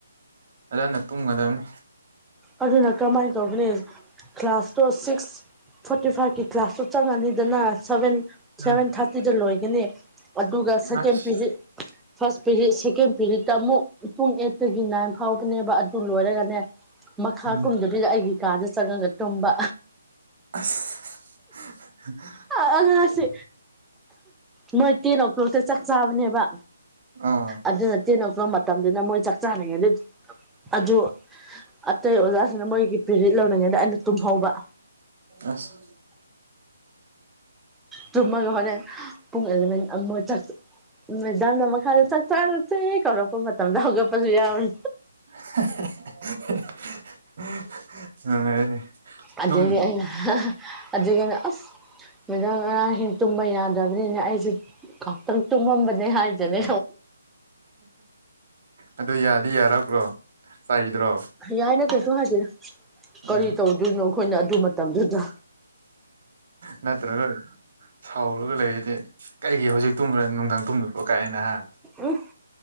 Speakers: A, on the right (about 50°); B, in the centre.
A: ꯑꯗꯨꯗꯅ ꯇꯨꯝꯒꯗꯕꯅꯤ
B: ꯑꯗꯨꯅ ꯀꯃꯥꯏꯅ ꯇꯧꯒꯅꯤ ꯀ꯭ꯂꯥꯁꯇꯣ ꯁꯤꯛꯁ ꯐꯣꯔꯇꯤ ꯐꯥꯏꯚꯀꯤ ꯀ꯭ꯂꯥꯁꯇꯣ ꯆꯪꯉꯅꯤꯗꯅ ꯁꯚꯦꯟ
A: ꯎꯝ
B: ꯁꯚꯦꯟ ꯊꯥꯔꯇꯤꯗ ꯂꯣꯏꯒꯅꯤ ꯑꯗꯨꯒ ꯁꯦꯀꯦꯟ
A: ꯑꯁ
B: ꯄꯤꯔꯤꯠ ꯐꯥꯔꯁ ꯄꯦꯔꯤꯠ ꯁꯦꯀꯦꯟ ꯄꯦꯔꯤꯠꯇ ꯑꯃꯨꯛ ꯄꯨꯡ ꯑꯩꯠꯇꯒꯤ ꯅꯥꯏꯟ ꯐꯥꯎꯕꯅꯦꯕ ꯑꯗꯨ ꯂꯣꯏꯔꯒꯅꯦ ꯃꯈꯥ
A: ꯎꯝ
B: ꯀꯨꯝꯗꯕꯤꯗ ꯑꯩꯒꯤ ꯀꯥꯗ ꯆꯪꯉꯒ ꯇꯨꯝꯕ
A: ꯑꯁ
B: ꯑ ꯑꯉꯥꯡꯁꯦ ꯃꯣꯏ ꯑꯇꯩ ꯑꯣꯇꯣꯗ ꯆꯥꯛ ꯆꯥꯕꯅꯦꯕ
A: ꯑꯥ
B: ꯑꯗꯨ ꯅ ꯇꯦꯟ ꯂꯕ ꯃꯇꯝꯗꯨꯅ ꯃꯣꯏ ꯆꯥꯛ ꯆꯥꯅꯤꯡꯉꯦꯗ ꯑꯗꯨ ꯑꯇꯩ ꯑꯣꯖꯥꯁꯤꯡꯅ ꯃꯣꯏꯒꯤ ꯄꯦꯔꯤꯠ ꯂꯧꯔꯤꯡꯉꯩꯗ ꯑꯩꯅ ꯇꯨꯝꯍꯧꯕ
A: ꯑꯁ
B: ꯇꯨꯝꯃꯒ ꯍꯣꯔꯦꯟ ꯄꯨꯡ ꯑꯦꯂꯚꯦꯟ ꯑꯃ ꯆ ꯃꯦꯗꯥꯝꯅ ꯃꯈꯥꯗ ꯆꯥꯛ ꯆꯥꯔꯁꯦ ꯀꯧꯔꯛꯄ ꯃꯇꯝꯗ ꯍꯧꯒꯠꯄꯁꯨ ꯌꯥꯎꯋꯦ
A: <unintelligible> ꯅꯨꯡꯉꯥꯏꯔꯅꯤ
B: ꯑꯗꯨꯗꯒꯤ
A: ꯇꯨꯝ
B: ꯑꯩꯅ ꯑꯗꯨꯗꯒꯤ ꯑꯩꯅ ꯃꯦꯗꯥꯝ ꯉꯔꯥꯡꯁꯤ ꯇꯨꯝꯕ ꯌꯥꯗ꯭ꯔꯕꯅꯤꯅ ꯑꯩꯁꯨ ꯉꯥꯛꯇꯪ ꯇꯨꯝꯃꯝꯕꯅꯦ ꯍꯥꯏꯗꯣꯢꯅꯦ
A: ꯑꯗꯨ ꯌꯥꯗꯤ ꯌꯥꯔꯄ꯭ꯔꯣ ꯍꯥꯢꯔꯤꯗ꯭ꯔꯣ
B: ꯌꯥꯏꯅ ꯀꯩꯁꯨ ꯍꯥꯏꯗꯦꯗ
A: ꯎꯝ
B: ꯀꯔꯤ ꯇꯧꯗꯣꯏꯅꯣ ꯑꯩꯈꯣꯏꯅ ꯑꯗꯨ ꯃꯇꯝꯗꯨꯗ
A: ꯅꯠꯇ꯭ꯔꯒ ꯁꯥꯎꯔꯒ ꯂꯩꯔꯗꯤ ꯀꯩꯒꯤ ꯍꯧꯖꯤꯛ ꯇꯨꯝꯕ꯭ꯔ ꯅꯨꯡꯗꯥꯡ ꯇꯨꯝꯗ ꯄ꯭ꯔꯣ ꯀꯥꯏꯅ ꯍꯥ
B: ꯎꯝ